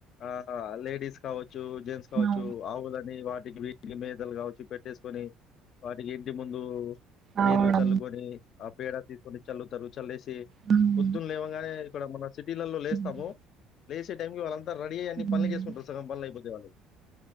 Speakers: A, on the left (about 50°); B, on the right (about 40°).
A: ఆ ఆల్. లేడీస్ కాచ్చ. జో జెన్స్ కావచ్చు
B: అవును
A: ఆవుల. మే వాటికి వీటికి మేతలు కావచ్చు పెట్టేసుకొని, వాటికి ఇంటి ముందూ.
B: అవును
A: నీళ్లు చల్లు. ఆ పేడ తీసుకుని చల్లుతరు, చాల్లేసి.
B: హ్మ్.
A: పొద్దున్ లేవంగానే. కడంబా, బస్. సిటీలల్లో, లేస్తాము.
B: హ్మ్.
A: లేసే టైమ్ కె మనమ్. అంత రడీ అయ్యి అన్నీ
B: హ్మ్.
A: పనులు చేసుకుటం, సగం పనులు అయిపోతై వాళ్లకి.